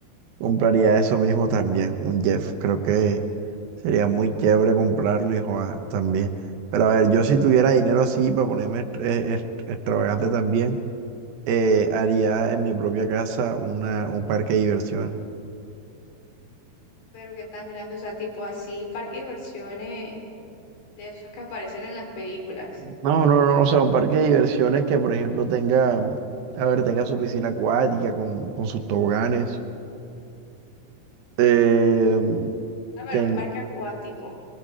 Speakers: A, on the right; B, on the left.
A: compraría eso mismo también, un Jeff. Creo que... Sería muy chévere comprarlo, hijo, ah, también. Pero a ver, yo si tuviera dinero así para ponerme est- eh, est- extravagante también, eh, haría en mi propia casa una, un parque de diversiones.
B: Pero qué tan grande, o sea, tipo así, parque de diversiones. de esos que aparecen en las películas.
A: No, no, no, o sea, un parque de diversiones que, por ejemplo, tenga, a ver, tenga su piscina acuática con, con sus toboganes. Eh,
B: Ok. A ver,
A: ten...
B: un parque acuático,